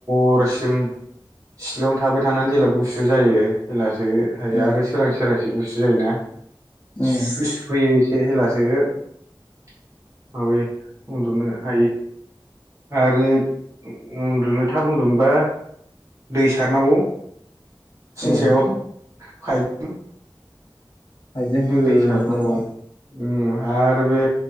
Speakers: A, on the right (about 35°); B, on the left (about 70°).
A: हरसिम सिलायावनो थाबाय थानानै जेब्ला गुसु जायो जेब्ला सो हायो
B: उम
A: आरो सोरांसि सोरांसि गुसु जायोना <unintelligible>
B: उम
A: से हेलासो माबायो उन्दुनो हायो। आरो उन्दुनो थाब उन्दुनबा दै सारनांगौ। थिं
B: ओ
A: सायाव पाइप
B: पाइपजों होनोसै
A: दै सारनांगौ
B: नामा?
A: उम आरो बे